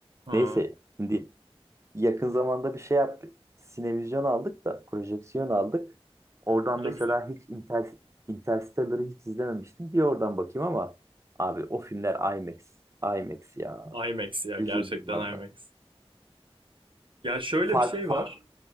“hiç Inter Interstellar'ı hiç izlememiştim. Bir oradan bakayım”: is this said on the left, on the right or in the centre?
Right